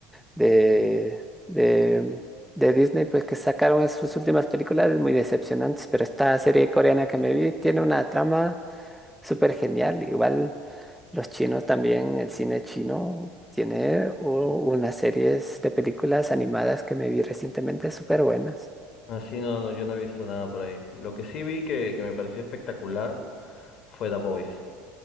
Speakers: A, in the centre; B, on the left (about 55°).
A: de, de, de Disney, pues que sacaron es- sus últimas películas muy decepcionantes, pero esta serie coreana que me vi tiene una trama súper genial. Igual los chinos también, el cine chino tiene u- unas series de películas animadas que me vi recientemente súper buenas.
B: así no, no, yo no he visto nada por ahí. Lo que sí vi que, que me pareció espectacular fue The Boys